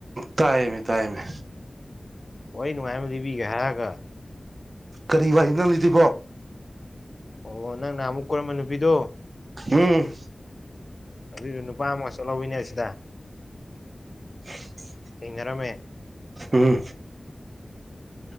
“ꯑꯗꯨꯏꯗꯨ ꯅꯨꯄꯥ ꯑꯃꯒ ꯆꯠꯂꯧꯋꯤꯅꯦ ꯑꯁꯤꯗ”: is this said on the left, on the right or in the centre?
Left